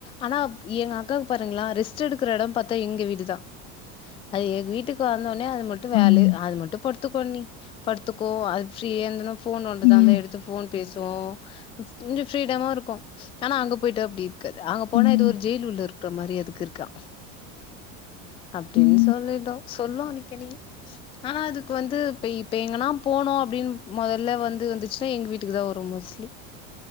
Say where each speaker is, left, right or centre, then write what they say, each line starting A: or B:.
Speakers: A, on the left; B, on the left.
A: ஆனா எங்க அக்காக்கு பாருங்ளே ரெஸ்ட் எடுக்குற எடோ பாத்தா எங்க வீடுதா ஐயோ அது வீட்டுக்கு வந்தோனே அது மட்டு
B: ஆமா
A: வேலு அது மட்டு பொறுத்துக்கோண்ணி படுத்துக்கோ அது ஃபிரியா இருந்தனா ஃபோன் நோண்டு
B: ம்
A: வந்தா எடுத்து ஃபோன் பேசுவோ கொஞ்சோ ஃபீரீடமா இருக்கு ஆனா அங்க போய்ட்டு அப்டி அங்க போனா
B: ம்
A: எதோ ஒரு ஜெயில் உள்ள இருக்ற மாரி அதுக்கு இருக்கா அப்டின்னு
B: ம்
A: சொல்லிட்டோ சொல்லு அன்னைக் தோழி ஆனா அதுக்கு வந்து இப்ப இப்ப எங்கனா போனு அப்டின்னு முதல வந் அது வந்துச்சுன்னா எங்க வீட்டுக்கு தா வரும் மோஸ்ட்லி